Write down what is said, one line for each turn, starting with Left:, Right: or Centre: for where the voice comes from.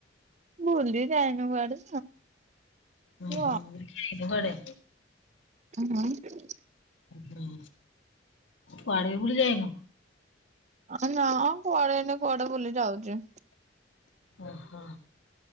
Right: ବୁଲି ଯାଇନୁ କୁଆଡେ।
Left: ହୁଁ
Right: ହଁ
Left: ହୁଁ କୁଆଡେ।
Right: <unintelligible>
Left: ହୁଁ କୁଆଡେ ବି ବୁଲି ଯାଇନୁ?
Right: ଆଁ ନା କୁଆଡେ ଏନେ କୁଆଡେ ବୁଲି ଯାଉଛି।
Left: ଓହୋ